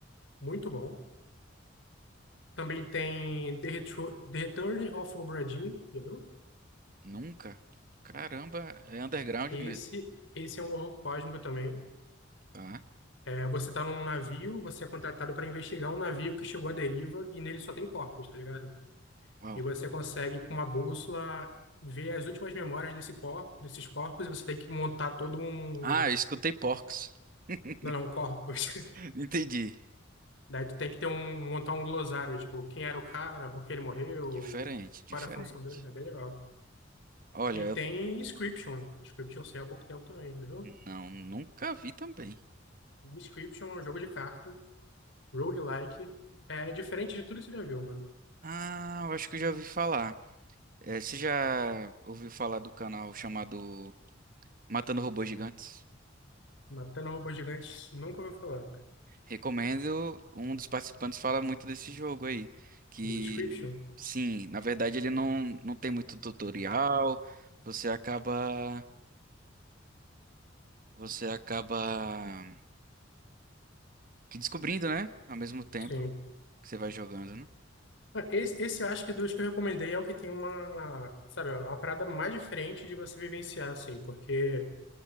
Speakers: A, on the left; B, on the right.
A: muito bom. Também tem The Retro- The Return of Obra Dinn, entendeu?
B: Nunca? Caramba, é underground
A: Esse,
B: mesmo.
A: esse é um horror cósmico também.
B: Tá.
A: É, você tá num navio, você é contratado para investigar um navio que chegou à deriva e nele só tem corpos, tá ligado?
B: Uau.
A: E você consegue, com uma bússola, ver as últimas memórias desse corpo, desses corpos e você tem que montar todo um...
B: Ah, eu escutei Porcs. <laughs>
A: Não, não, corpos. <laughs>
B: Entendi.
A: Daí tu tem que ter um, montar um glossário, tipo, quem era o cara, por que ele morreu,
B: Diferente, diferente.
A: qual era a função dele. É bem legal.
B: Olha,
A: E tem
B: eu
A: Inscription. Inscription saiu há pouco tempo também, viu?
B: não, nunca vi também.
A: Description é um jogo de carta, roguelike. É diferente de tudo que você já viu, mano.
B: Ah, eu acho que eu já ouvi falar. Eh, você já ouviu falar do canal chamado Matando Robôs Gigantes?
A: Matando robôs gigantes, nunca ouviu falar.
B: Recomendo. Um dos participantes fala muito desse jogo aí. Que,
A: Do Description.
B: sim, na verdade ele não, não tem muito tutorial. Você acaba. Você acaba que descobrindo, né? Ao mesmo tempo
A: Sim.
B: que você vai jogando, né?
A: Ah, Esse, esse eu acho que dos que eu recomendei é o que tem uma, sabe, ó, uma parada mais diferente de você vivenciar, assim, porque